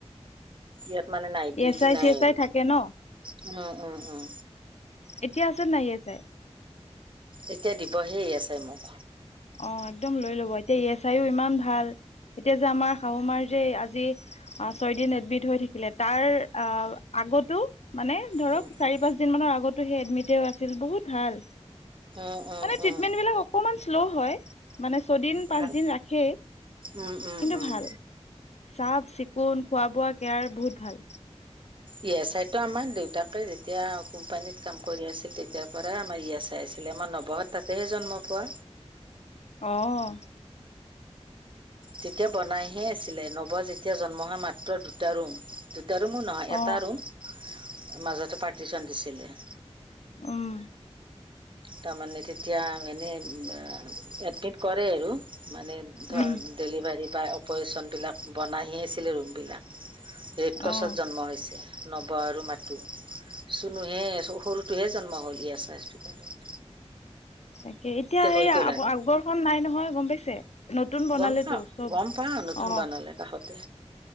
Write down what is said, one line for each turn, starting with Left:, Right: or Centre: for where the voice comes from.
Right: ইয়াত মানে নাইট
Left: ই
Right: দুয়োটি
Left: এছ আই
Right: নাই
Left: চি এছ
Right: আৰু
Left: আই থাকে ন
Right: উম, -উম -উম
Left: এতিয়া আছে নে নাই ইয়াতে?
Right: এতিয়া দিবহে ই এছ আই মোক।
Left: অ একদম লৈ ল'বা এতিয়া ই এছ আইও ইমান ভাল। এতিয়া যে আমাৰ শাহুমাৰ যে আজি আহ ছয়দিন এডমিট হৈ থাকিলে তাৰ আহ আ আগতো মানে ধৰক
Right: উম
Left: চাৰি-
Right: উম
Left: পাঁচ দিনমানৰ আগতো সেই এডমিটে আছিল বহুত ভাল।
Right: উম উম
Left: মানে
Right: উম
Left: ট্ৰিটমেন্ট বিলাক অকমান শ্ল' হয়, মানে ছয় দিন, পাঁচ
Right: ভাল
Left: দিন ৰাখেই
Right: উম উম
Left: কিন্তু
Right: উম
Left: ভাল। চাফ- চিকুণ, খোৱা -বোৱা কেয়াৰ বহুত ভাল।
Right: ই এছ আই টো আমাৰ দেউতাকে যেতিয়া কোম্পানীত কাম কৰি আছিল তেতিয়াৰ পৰাই আমাৰ ই এছ আই আছিল। আমাৰ নৱহাত তাতেহে জন্ম পোৱা।
Left: অহ।
Right: তেতিয়া বনাইহে আছিলে নৱজ যেতিয়া জন্ম হোৱা মাত্ৰ দুটা ৰুম। দু তিয়াটো মোৰ নহয়, এটা
Left: অ
Right: ৰুম মাজতে পাৰ্টিচন দিছিলে।
Left: উম।
Right: তাৰমানে তেতিয়া এনেই এ এডমিট কৰে আৰু। মানে ধৰ
Left: উম
Right: ডেলিভাৰী বা অপাৰেচনবিলাক বনাই হে আছিলে ৰুমবিলাক। ৰেড ক্ৰছত
Left: অ
Right: জন্ম হৈছে। নৱ আৰু মাতো, চুনুহে সৰুটোহে জন্ম হলি আছে হস্পিতালত।
Left: তাকে এতিয়া সেই
Right: হৈ
Left: আ
Right: গ'ল
Left: আৱ
Right: আৰু
Left: আগৰখন নাই নহয় গম পাইছে? নতুন বনালেতো
Right: গম পা
Left: চব
Right: গম পাওঁ নতুন
Left: অ
Right: বনালে তাহঁতে।